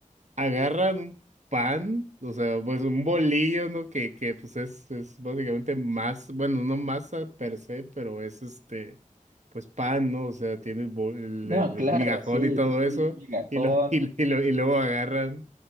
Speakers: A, on the right; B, on the right.
A: agarran un pan, o sea, pues un bolillo, ¿no? Que, que pues es, es básicamente más, bueno, no masa per se, pero es este, pues pan, ¿no? O sea, tiene el, bol- el-
B: No,
A: el-
B: claro,
A: el migajón
B: sí,
A: y todo
B: sí, sí,
A: eso,
B: es migajón.
A: y, lo, <laughs> y, y lo, y luego agarran